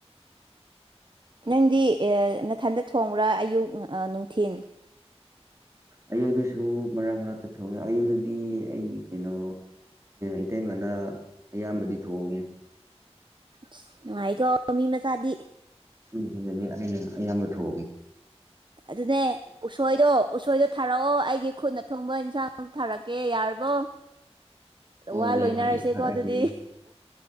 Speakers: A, on the right; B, on the right.
A: ꯅꯪꯗꯤ ꯅꯊꯟꯗ ꯊꯣꯡꯕ꯭ꯔꯥ ꯑꯌꯨꯛ ꯅꯨꯡꯊꯤꯟ
B: ꯑꯌꯨꯗꯁꯨ ꯃꯔꯛ ꯃꯔꯛꯇ ꯊꯣꯡꯉꯦ ꯑꯌꯨꯗꯗꯤ ꯑꯩꯒꯤ ꯀꯩꯅꯣ ꯏꯇꯩꯃꯅ ꯑꯌꯥꯝꯕꯗꯤ ꯊꯣꯡꯉꯦ
A: ꯑ ꯅꯨꯡꯉꯥꯏꯈ ꯃꯤ ꯃꯆꯥꯗꯤ
B: ꯎꯝ ꯑꯗꯨꯗꯤ ꯑꯩꯅ ꯑꯌꯥꯝꯕ ꯊꯣꯛꯑꯒꯦ
A: ꯑꯗꯨꯅꯦ ꯎꯁꯣꯏꯗꯣ ꯎꯁꯣꯏꯗꯣ ꯊꯥꯔꯛꯑꯣ ꯑꯩꯒꯤ ꯈꯨꯠꯅ ꯊꯣꯡꯕ ꯏꯟꯁꯥꯡ ꯊꯥꯔꯛꯀꯦ ꯌꯥꯔꯕꯣ
B: ꯍꯣꯏꯅꯦ
A: ꯋꯥ ꯂꯣꯏꯅꯔꯁꯤꯦꯀꯣ
B: ꯍꯣꯏꯅꯦ ꯊꯥꯔꯛꯀꯦꯅꯦ
A: ꯑꯗꯨꯗꯤ